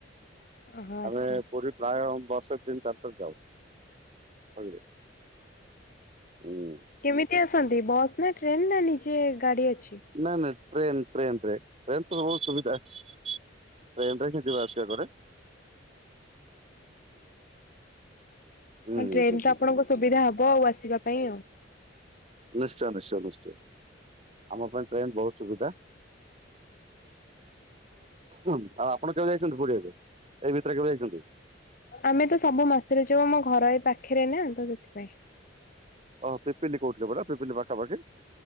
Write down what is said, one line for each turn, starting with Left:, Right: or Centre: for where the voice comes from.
Left: ଓହୋ ଆଚ୍ଛା
Right: ଆମେ ପୁରୀ ପ୍ରାୟ ବର୍ଷରେ ତିନ ଚାରି ଥର ଯାଉ ବୁଝିଲେ ହୁଁ
Left: କେମିତି ଆସନ୍ତି ବସ୍ ରେ ଟ୍ରେନ ରେ ନିଜେ ଗାଡି ଅଛି
Right: ନା ନା ଟ୍ରେନ ଟ୍ରେନ ଟ୍ରେନ ରେ ଟ୍ରେନ ତ ବହୁତ ସୁବିଧା। <unintelligible> ଟା ଏଠି ଯିବା ଆସିବା କରେ ହୁଁ
Left: ହଁ ଟ୍ରେନ
Right: ହୁଁ
Left: ତ
Right: ହୁଁ
Left: ଆପଣଙ୍କ ସୁବିଧା ହବ ଆଉ ଆସିବା ପାଇଁ ଆଉ
Right: ନିଶ୍ଚୟ ନିଶ୍ଚୟ ନିଶ୍ଚୟ ଆମ ପାଇଁ ଟ୍ରେନ ବହୁତ ସୁବିଧା ଆଉ ଆପଣ କେବେ ଯାଇଛନ୍ତି ପୁରୀଆଡେ ଏଇ ଭିତରେ କେବେ ଯାଇଛନ୍ତି?
Left: ଆମେ ତ ସବୁ ମାସରେ ଯାଉ ଆମ ଘର ଏଇ ପାଖରେ ନା ତ ସେଥିପାଇଁ।
Right: ଓହ ପିପିଲି କହୁଥିଲେ ପରା ପିପିଲି ପାଖାପାଖି